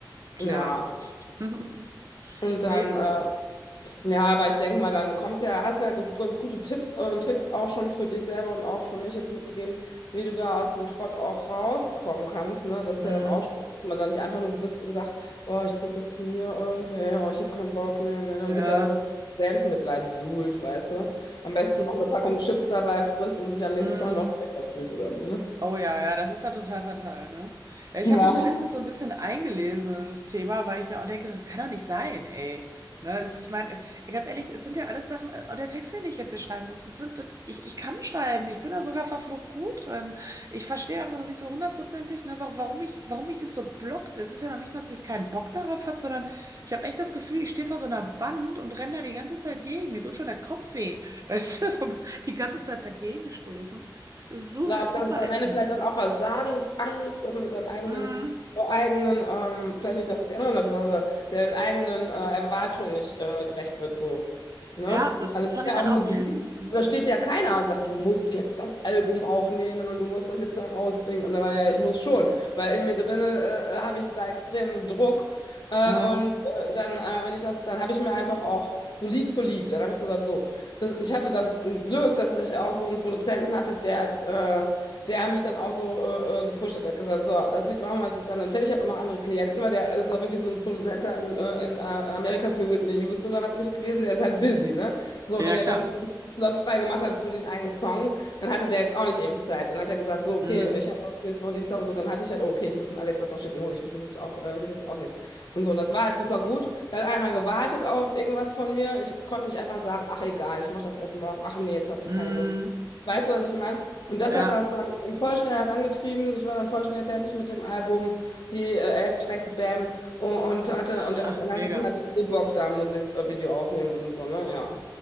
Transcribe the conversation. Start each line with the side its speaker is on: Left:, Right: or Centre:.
Right: klar.
Left: Ja,
Right: <laughs>
Left: und dann
Right: Nee,
Left: äh, ja, aber ich denke mal, dann kommst ja, hast ja gut, ganz gute Tipps und Tricks auch schon für dich selber und auch für mich jetzt mitgegeben, wie du da aus dem Trott auch rauskommen kannst, ne? Das ist
Right: mm,
Left: ja dann auch schon, dass man da nicht einfach nur so sitzt und sagt, oh, ich prokrastiniere, oh, nee, oh, ich habe keinen Bock, nee, nee, und
Right: ja,
Left: sich dann so Selbstmitleid suhlt, weißt du? Am besten noch eine Packung Chips dabei frisst und sich am nächsten
Right: mm.
Left: Tag noch schlechter fühlt oder so, ne?
Right: Oh ja, ja, das ist da total fatal, ne? Ja, ich
Left: Ja,
Right: habe mich da letztens so ein bisschen eingelesen in das Thema, weil ich mir auch denke, das kann doch nicht sein, ey. Ne, es ist, ich meine, äh, ganz ehrlich, es sind ja alles Sachen, äh, auch der Text, den ich jetzt hier schreiben muss, es sind, das- ich, ich kann schreiben, ich bin da sogar verflucht gut drin. Ich verstehe einfach noch nicht so hundertprozentig, ne, wa- warum ich, warum mich das so blockt. Das ist ja noch nicht mal, dass ich keinen Bock darauf habe, sondern ich habe echt das Gefühl, ich stehe vor so einer Wand und renne da die ganze Zeit gegen. Mir tut schon der Kopf weh, weißt du, <laughs> vom- die ganze Zeit dagegen stoßen. Das ist super,
Left: Ich glaube,
Right: super
Left: das ist am
Right: ätzend.
Left: Ende vielleicht dann auch Versagens Angst, dass man seinen eigenen,
Right: Mhm.
Left: äh, eigenen ähm, vielleicht nicht, dass es die anderen Leute sagen, aber den eigenen äh, Erwartungen nicht äh, gerecht wird, so. Ne?
Right: Ja, das,
Left: Also
Right: das
Left: ich
Right: habe
Left: habe
Right: ich
Left: ja
Right: halt
Left: auch Musik,
Right: auch gelesen.
Left: und
Right: Mhm.
Left: da steht ja keiner und sagt, du musst jetzt das Album aufnehmen und du musst das jetzt da rausbringen. Und da war ja, ich muss schon, weil in mir drinne äh, äh, habe ich da extremen Druck. Äh,
Right: Mhm.
Left: und äh, dann, äh, wenn ich das, dann habe ich mir einfach auch so Lied für Lied, dann habe ich gesagt, so das, ich hatte das Glück, dass ich auch so einen Produzenten hatte, der, äh, der mich dann auch so äh, äh, gepusht hat. Der hat gesagt, so, das Lied machen wir jetzt bis dann dann fertig. Ich habe auch noch andere Klienten, weil der ist auch wirklich so ein Produzent da in, äh, in äh, Amerika für Whitney Houston oder was nicht gewesen. Der ist halt busy, ne? So,
Right: Ja,
Left: wenn er
Right: klar.
Left: dann einen Slot frei gemacht hat für den eigenen Song, dann hatte der jetzt auch nicht ewig Zeit. Dann hat er gesagt, so, okay,
Right: Mhm.
Left: ich habe nächste Woche Dienstag und so. Dann hatte ich halt, oh, okay, ich muss dem Alex das noch schicken. Oh, ich muss das jetzt auf, äh, ich muss das jetzt aufnehmen. Und so, und das war halt super gut. Da hat einer gewartet auf irgendwas von mir. Ich konnte nicht einfach sagen, ach egal, ich mache das erst morgen. Ach nee, jetzt habe ich
Right: Mhm.
Left: keine Lust. Weißt du, was ich meine? Und das
Right: Ja,
Left: hat das dann voll schnell herangetrieben. Ich war dann voll schnell fertig mit dem Album, die äh, elf Tracks, bam. Und, und hatte,
Right: <laughs>
Left: und auf den
Right: mega.
Left: anderen Sachen hatte ich eh Bock, da Musikvideo aufnehmen und so, ne? Ja.